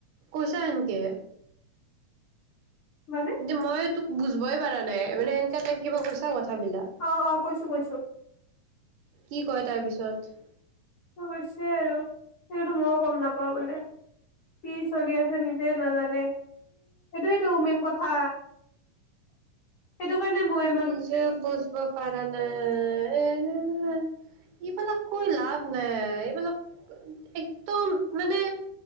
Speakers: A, on the right; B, on the left.
A: কৈছা এন কে।
B: মানে
A: কিন্তু মই তোক বুজবই পাৰা নাই মানে সেনেকে তাই কিবা কৈছা কথাবিলাক।
B: অ' অ' কৈছো কৈছো।
A: কি কয় তাৰ পিছত?
B: তো কৈছে আৰু সেইটো মইয়ো গম নাপাওঁ বোলে কি চলি আছে নেকি হে নাজানে। সেইটোৱেইটো মেইন কথা সেইটো কাৰণে মই তো
A: নিজে বুজব পাৰা নাই এ এ এ এ এ। এইবিলাক কৈ লাভ নাই এইবিলাক কৰো নিয়ে একদম মানে